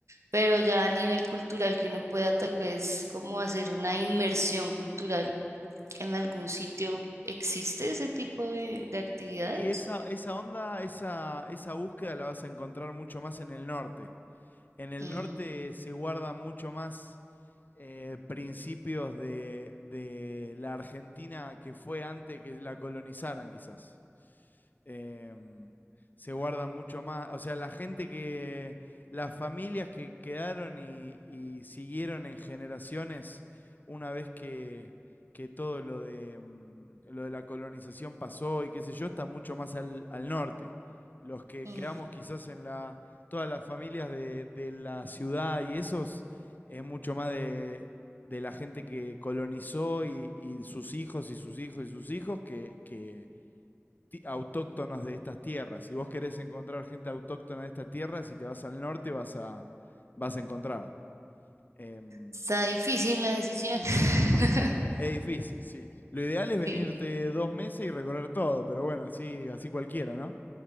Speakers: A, on the right (about 80°); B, on the left (about 40°).
A: pero ya a nivel cultural que uno pueda tal vez como hacer una inmersión cultural ¿En algún sitio existe ese tipo de, de actividades?
B: Y esa, esa onda, esa, esa búsqueda la vas a encontrar mucho más en el norte. En el
A: Mm,
B: norte se guardan mucho más eh, principios de, de la Argentina que fue antes que la colonizaran, quizás. em, se guardan mucho más. O sea, la gente que, las familias que quedaron y, y siguieron en generaciones una vez que, que todo lo de, mm, lo de la colonización pasó y qué sé yo, está mucho más al, al norte. Los que
A: mm.
B: quedamos quizás en la, todas las familias de, de la ciudad y esos, es mucho más de, de la gente que colonizó y, y sus hijos y sus hijos y sus hijos que, que, autóctonos de estas tierras. Si vos querés encontrar gente autóctona de esta tierra, si te vas al norte vas a, vas a encontrar. Em,
A: Está difícil la decisión. <laughs>
B: es difícil, sí. Lo ideal es venirte
A: Sí.
B: dos meses y recorrer todo, pero bueno, así, así cualquiera, ¿no?